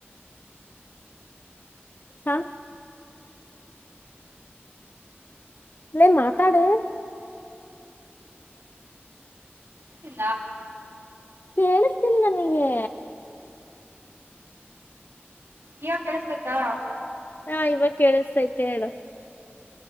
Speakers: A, on the left (about 50°); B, on the right (about 65°).
A: ಹಾ ಲ್ಲೇ ಮಾತಾಡ ಎ
B: ಇಲ್ಲ
A: ಕೇಳಿಸ್ತೀನಿ ನನಗೆ
B: ಇವ ಕೆೇಳಸತೈತಾ
A: ಹಾ ಇವಾಗ ಕೇಳಿಸಸ್ತೈತೆ ಹೇಳ